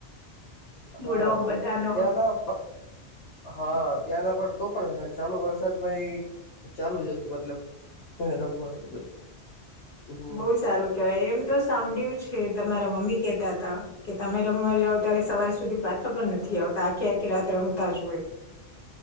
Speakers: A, on the left; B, on the left.
A: હા
B: મૂડો બધાનો
A: ત્યાના હા ત્યાંના પર તો પણ ચાલુ વરસાદ ભાઈ ચાલુ જ હતું મતલબ હ રમવાનું બધું હમ
B: બહુ સારું કેવાય એમ તો સાંભળય્યું છે. તમારા મમ્મી કેતા હતા કે તમે રમવા જાવ ત્યારે સવાર સુધી પાછ ખબર નથી આવતા આખી આખી રાત રમતા જ હોય.